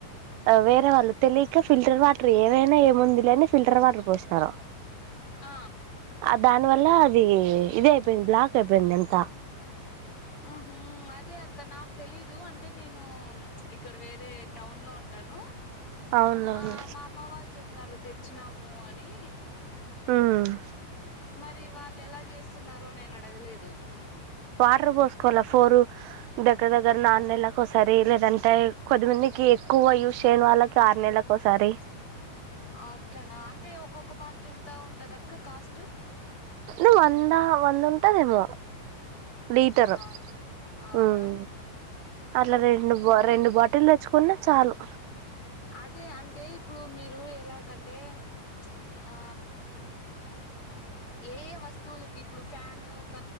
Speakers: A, on the right; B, on the left.
A: వేరే వాళ్ళు తెలియక ఫిల్టర్ వాటర్ ఏవైనా ఏముందిలే అన్ ఫిల్టర్ వాటర్ పోసినారు
B: ఆ
A: ఆ దాని వల్ల అది ఇది అయిపోయింది బ్లాక్ అయిపోయింది అంత
B: అహ ఆ అదే అక్క నాక్ తెలీదు అంటే నేను ప్చ్ ఇక్కడ వేరే టౌన్ లో ఉంటాను
A: అవునవును
B: ఆ మా అమ్మ వాళ్ళు చెప్పినారు తెచ్చినాము అని
A: హ్మ్
B: మరి వాళ్ళు ఎలా చేస్తున్నారో నేను అడగలేదు
A: వాటర్ పోసుకోవాల ఫోరు దగ్గర దగ్గర నాన్నెలాకి ఒకసారి లేదంటే కొద్దిమంది కి ఎక్కువ యూస్ చెయ్యని వాళ్ళకి ఆరు నెలకి ఒకసారి
B: అ అట్లనా అంటే ఒక్కొక్క బాటిల్ ఎంత ఉంటంది అక్క కాస్ట్
A: నువ్వు వంద వంద ఉంటదేమో లీటరు
B: అవునా అవునా
A: మ్మ్ అట్లా రెండు బా రెండు బాటిల్ పోయ్చ్చుకున్న చాలు
B: అదే అంటే ఇప్పుడు మీరు ఎలాగంటే ప్చ్ ఆ ఏ ఏ వస్త్ వస్తువులకి ఇప్పుడు ఫ్యాన్ ఒక